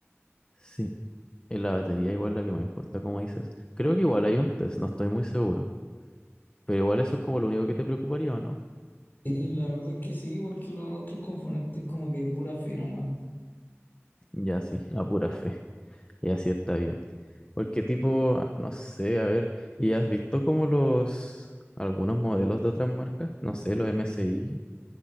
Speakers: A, on the left (about 20°); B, on the left (about 45°).
A: sí. En la batería igual la que me importa, como dices. Creo que igual hay un test, no estoy muy seguro. Pero igual eso es como lo único que te preocuparía, ¿o no?
B: Sí, la verdad que sí, porque los otros componentes como que pura fe nomás.
A: Ya sí, <laughs> a pura fe. Y así está bien. Porque tipo, no sé, a ver, ¿y has visto como los, algunos modelos de otras marcas? No sé, los MSI,